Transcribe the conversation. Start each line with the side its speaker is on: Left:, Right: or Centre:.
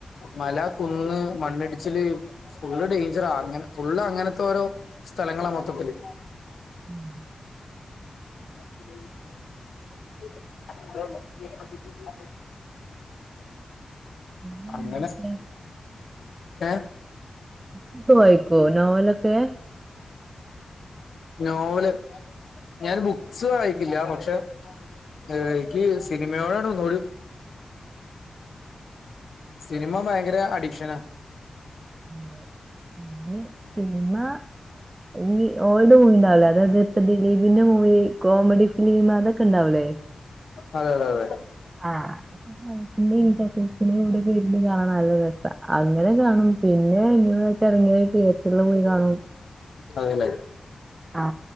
Left: മല, കുന്ന്, മണ്ണിടിച്ചില്, ഫുള്ള് ഡെയ്ഞ്ചറാ അങ്ങനെ ഫുള്ള് അങ്ങൻത്തോരോ സ്ഥലങ്ങളാ മൊത്തത്തില്
Right: ഉം
Left: <inaudible>
Right: പിന്നെ
Left: അങ്ങനെ
Right: എന്തൊക്കെയാ
Left: സ് ഏ
Right: ബുക്ക് വായിക്കോ നോവലൊക്കെ
Left: നോവല് ഞാന് ബുക്സ് വായിക്കില്ല പക്ഷെ എ എനിക്ക് സിനിമയോടാണ് ഒന്നുകൂടി സിനിമ ഭയങ്കര അഡിക്ഷനാ
Right: ആ ഞാന് സിനിമാ ഈ ഓൾഡ് മൂവി ണ്ടാവുലേ അതായത് ഇപ്പ ദിലീപിന്റെ മൂവി കോമഡി ഫിലിം അതൊക്കെ ണ്ടാവുലേ
Left: അതെ അതെ അതെ
Right: ആ ഫ്രണ്സിന്റേം കസിസ്ന്റേം കൂടെ ഇരുന്ന് കാണാൻ നല്ല രസാ അങ്ങനെ കാണും പിന്നെ ന്യൂയായിട്ട് എറങ്ങിയത് തിയേറ്ററില് പോയി കാണും
Left: അതെലെ
Right: ആ